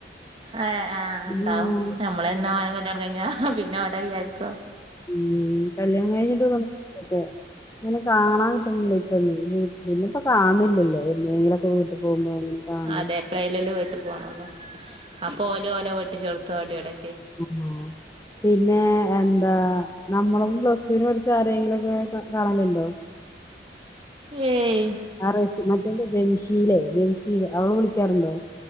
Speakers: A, on the right; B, on the left.
A: ഏ ആഹ്
B: ഉം
A: എന്താവും നമ്മള് തന്നാ കല്യാണം കഴിഞ്ഞാ പിന്നെ ഓരയ്യായിരിക്കും
B: ഉം കല്യാണം കഴിഞ്ഞിട്ട് ന്നക്കെ ഇങ്ങനെ കാണാൻ കിട്ടുന്നില്ലേ ഇപ്പം വീട്ട്ന്ന് ഇപ്പ കാണില്ലല്ലോ എന്നെങ്കിലുംക്കെ വീട്ടിൽ പോകുമ്പോ കാണണം
A: അതെ എപ്ലേല് ല്ലേ വീട്ടിൽ പോകണംന്നോ അപ്പൊ ഓല് ഓലോ വെട്ടിച്ചൊടുത്തു അവിടെവിടെ
B: ആ പിന്നെ എൻ എന്താ നമ്മളൊന്നും പ്ലടുവിന് പഠിച്ച ആരങ്കിലുംക്കെ കാണലുണ്ടോ?
A: ഏയ്
B: ആറ് മറ്റേണ്ട് ജംഷീലെ ജംഷീൽ അവള് വിളിക്കാറുണ്ടോ?